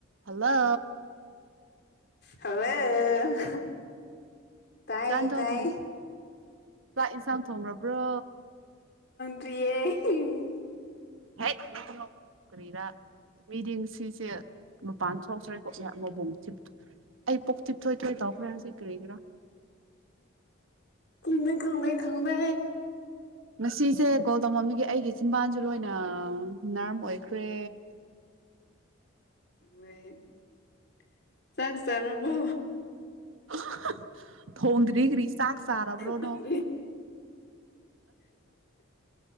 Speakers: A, on the right; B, on the left.
A: ꯍꯜꯂꯣ
B: ꯍꯜꯂꯣ ꯇꯥꯏꯌꯦ
A: ꯆ ꯆꯣ
B: ꯇꯥꯏꯌꯦ
A: ꯊ ꯆꯥꯛ ꯌꯦꯟꯁꯥꯡ ꯊꯣꯡꯈꯕ꯭ꯔꯣ
B: ꯇꯔꯤꯌꯦ
A: ꯍꯦꯛ ꯅ ꯀꯩꯅꯣ ꯀꯔꯤꯔꯥ ꯃꯤꯗꯤꯡ ꯁꯤꯁꯦ ꯃꯄꯥꯟ ꯊꯣꯛꯇ꯭ꯔꯦꯀꯣ ꯃꯕꯣꯡꯤ ꯑꯩ ꯄꯣꯛ ꯊꯤꯞ ꯊꯣꯏꯊꯣꯏ ꯇꯧꯈ꯭ꯔꯦ ꯍꯧꯖꯤꯛ ꯀꯔꯤꯒꯤꯔꯥ
B: ꯈꯪꯗꯦ ꯈꯪꯗꯦ ꯈꯪꯗꯦ
A: ꯉꯁꯤꯁꯦ ꯀꯣꯜ ꯇꯧꯃꯝꯃꯤꯒꯦ ꯑꯩꯒꯤ ꯏꯆꯤꯟꯕꯥꯟꯁꯨ ꯂꯣꯏꯅ ꯅꯔꯝ ꯑꯣꯏꯈ꯭ꯔꯦ
B: <unintelligible> ꯆꯪ ꯇꯔꯣꯔꯕꯣ
A: <inaudible> ꯊꯣꯡꯗ꯭ꯔꯤ ꯀ꯭ꯔꯤ ꯆꯥꯛ ꯆꯥꯔꯕ꯭ꯔꯣꯅꯣ
B: ꯈꯪꯗ꯭ꯔꯤꯌꯦ